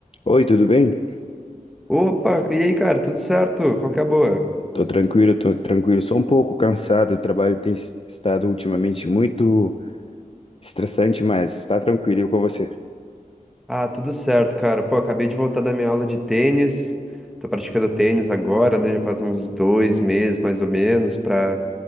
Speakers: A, on the left (about 45°); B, in the centre.
A: Oi, tudo bem?
B: Opa, e aí, cara, tudo certo? Qual que é a boa?
A: Tô tranquilo, tô tranquilo. Só um pouco cansado. O trabalho tem s- estado ultimamente muito estressante, mas tá tranquilo e com você.
B: Ah, tudo certo, cara. Pô, acabei de voltar da minha aula de tênis. Tô praticando tênis agora, né? Já faz uns dois meses, mais ou menos, pra,